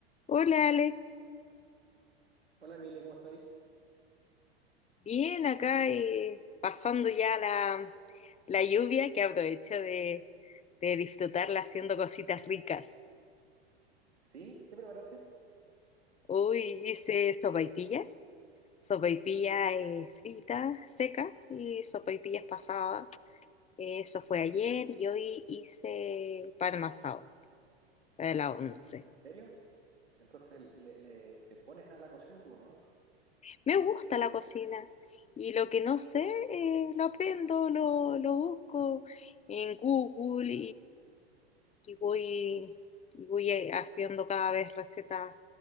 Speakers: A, on the left; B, on the right.
A: Hola Alex,
B: Hola Emilia, ¿cómo estáis?
A: bien acá eh, pasando ya la, la lluvia que aprovecho de, de disfrutarla haciendo cositas ricas.
B: ¿Sí? ¿Qué preparaste?
A: Hoy hice sopaipilla, sopaipilla eh, frita, seca y sopaipillas pasadas. Eso fue ayer y hoy hice pan masao para la once.
B: ¿En serio? Entonces le, le- le pones a la cocina tú, ¿no?
A: Me gusta la cocina y lo que no sé eh, lo aprendo, lo, lo busco en Google y voy, y voy eh, haciendo cada vez recetas